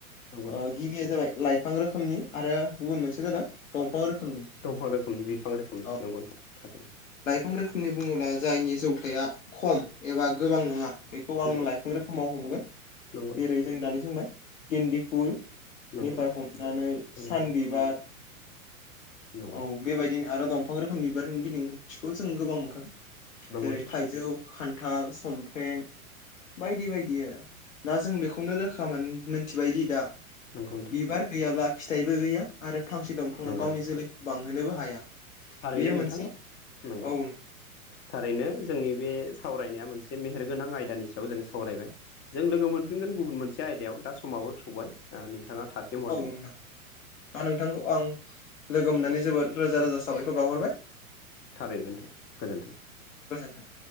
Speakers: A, on the left; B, on the left.
A: नंगौ नोंथां
B: ओ गिबिया जाबाय लाइफ फां रोखोमनि आरो गुबुन मोनसेया जादों दंफां रोखोमनि।
A: दंफां रोखोमनि बिफां रोखोमनि
B: औ
A: नंगौ नोंथां थारैनो।
B: लाइफां रोखोमनि बुङोब्ला जायनि जौथाया खम एबा गोबां नङा बेखौ आं
A: नंगौ
B: लाइफां रोखोमाव हमगोन।
A: नंगौ नोंथां
B: जेरै जों दानिसो बुंबाय गेन्दि फुल
A: नंगौ
B: <unintelligible>
A: नंगौ
B: हमनानै
A: नंगौ
B: सान
A: नोंथां
B: बिबार
A: नंगौ
B: औ बेबायदिनो आरो दं फां रोखोमनि बिबारनि बिदिन्थिखौ जों गोबां मोनखागोन
A: नोंथां नंगौ
B: जेरै
A: नोंथां
B: थाइजौ खान्थाल सम फ्रें बायदि बायदि आरो दा जों बेखौनो रोखा मोन मोनथिबायदि दा
A: नंगौ नंगौ नोंथां
B: बिबार गैयाब्ला फिथाइबो गैया आरो फांसे दंफाङा
A: नंगौ
B: गावनि
A: नोंथां
B: जोलैखौ बांहोनोबो हाया।
A: थारैनो
B: बेयो
A: नोंथां
B: मोनसे
A: नंगौ।
B: औ
A: थारैनो जोंनि बे सावरायनाया मोनसे मेहेरगोनां आयदानि सायाव जों सावरायबाय। जों लोगो मोनफिनगोन गुबुन मोनसे आयदायाव दा समाबो थौबाय आ नोंथाङा थास्लिम हरदो
B: औ नोंथां दा नोंथांखौ आं लोगो मोननानै जोबोर रोजा रोजा साबायखर बावहरबाय
A: थारैनो नोंथां गोजोन्थों
B: गोजोन्थों